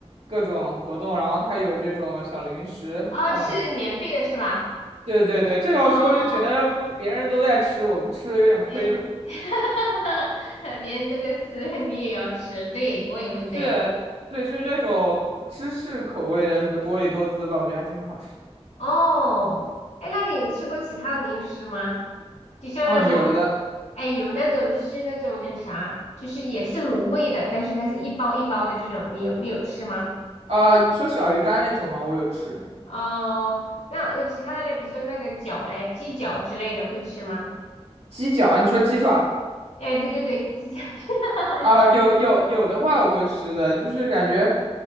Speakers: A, on the right (about 80°); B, on the left (about 90°).
A: 各种活动，然后它有这种小零食放在那。
B: 哦，就是免费的是吧？
A: 对对对，这种时候就觉得不，
B: 哦，
A: 别人都在吃，我不吃有点亏了。
B: 哎呀，<laughs> 别人都在吃，你也要吃，对，我也会这样。
A: 是，对，就是那种芝士口味的什么多利多滋吧，我觉得还挺好吃。
B: 哦，哎，那你有吃过其他的零食吗？就像那种，
A: 嗯，有的。
B: 哎，有那种就是那种叫啥，就是也是卤味的，但是它是一包一包的这种，你有你有吃吗？
A: 啊、你说小鱼干那种吗？我有吃。
B: 哦，那有其他的嘞，比如说那个饺嘞，鸡脚之类的会吃吗？
A: 鸡脚啊，你说鸡爪？
B: 哎，对对对，鸡饺。<laughs>
A: 啊，有有有的话我会吃的，就是感觉，